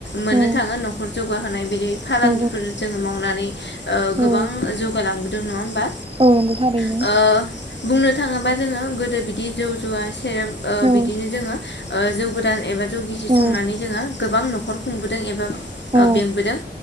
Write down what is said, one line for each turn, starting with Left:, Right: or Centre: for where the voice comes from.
Left: मोननो
Right: औ
Left: थाङो न'खर जौगाहोनाय बि फालांगिफोर
Right: औ
Left: जोङो मावनानै ओ
Right: औ
Left: गोबां जौगालांबोदों नङा होमबा?
Right: औ नंगौ थारैनो।
Left: ओ बुंनो थाङोबा जोङो गोदो बिदि जौ जुवा सेरेब ओ
Right: औ
Left: बिदिनो जोङो ओ जौ गोदान एबा जौ गिसििर
Right: औ
Left: संनानै जोङो गोबां न'खर खुंबोदों एबा
Right: औ
Left: बेंबोदों